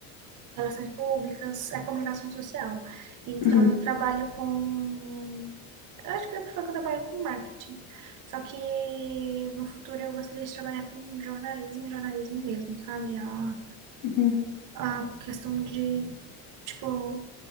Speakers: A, on the right; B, on the left.
A: relações públicas, a comunicação social. Então,
B: Uhum,
A: eu trabalho com. Eu acho que dá para falar que eu trabalho com marketing. Só que no futuro eu gostaria de trabalhar com jornalismo, jornalismo mesmo, sabe? A,
B: uhum, uhum.
A: a questão de, tipo,